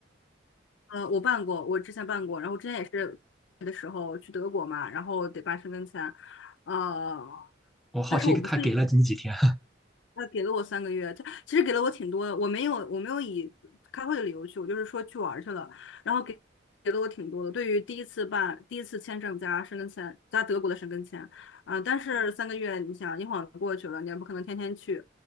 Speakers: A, on the left; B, in the centre.
A: 呃，我办过，我之前办过，然后我之前也是的时候去德国嘛，然后得办申根签，呃，
B: 我好奇他给了你几天
A: 但是我不是。他给了我三个月，他其实给了我挺多的，我没有我没有以开会的理由去，我就是说去玩儿去了，然后给给了我挺多的。对于第一次办第一次签证加申根签加德国的申根签啊、但是三个月，你想一晃过去了，你也不可能天天去，